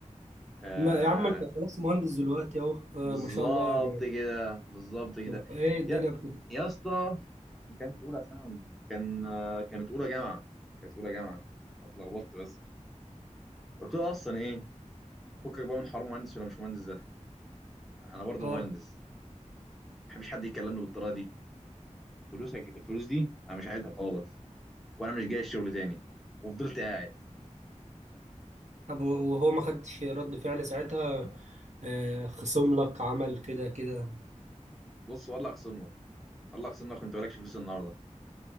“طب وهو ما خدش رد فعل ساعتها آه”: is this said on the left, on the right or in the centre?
Right